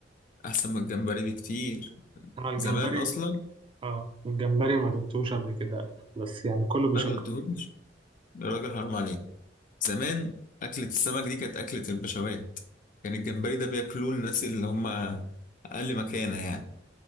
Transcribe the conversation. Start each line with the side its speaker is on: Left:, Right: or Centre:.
Left: احسن من الجمبري بكتير
Right: انا الجمبري
Left: زمان اصلا
Right: اه الجمبري ما دقتوش قبل كده بس يعني كله بيشكر
Left: ما دقتهوش يا راجل حرام عليك زمان اكله السمك دي كانت اكله البشوات كان الجمبري ده بياكلوه الناس اللي هم اقل مكانه يعني